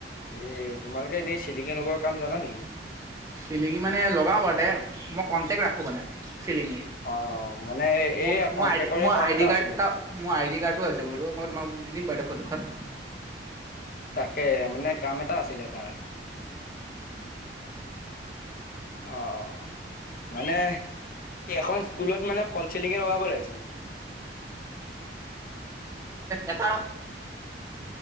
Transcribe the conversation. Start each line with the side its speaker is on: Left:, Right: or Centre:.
Left: এই তোমালোকে এনেই চিলিঙি লগৰ কাম জানা নেকি?
Right: চিলিঙি মানে লগাওঁ বাৰু দে, মই কণ্টেক্ট ৰাখোঁ মানে চিলিঙি।
Left: অ মানে এই
Right: ম মোৰ
Left: কন্ট্ৰেক্টৰে
Right: মোৰ
Left: কাম
Right: আই
Left: এটা
Right: ড কাৰ্ডটা
Left: আছিলে মানে।
Right: মোৰ আই ডি কাৰ্ডো আছে বাৰু মই তোমাক দি দিম বাৰু ফটোখন।
Left: তাকে মানে কাম এটা আছিলে তাৰ। অ' মানে এখন স্কুলত মানে পল চেলিঙ লগাব লাগিছিল।
Right: এটা